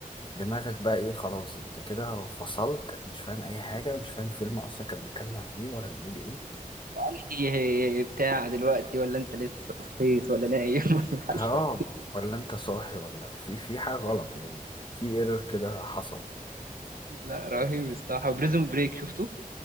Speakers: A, on the left; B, on the right.
A: دماغك بقى ايه خلاص انت كده فصلت مش فاهم اي حاجه مش فاهم الفيلم اصلا كان بيتكلم عن ايه ولا بيقول ايه
B: انهي بتاع دلوقتي ولا انت لسه صحيت ولا نايم ولا حالك
A: اه ولا انت صاحي ولا في في حاجه غلط يعني في ايرور كده حصل
B: لا رهيب الصراحه وبريزون بريك شفته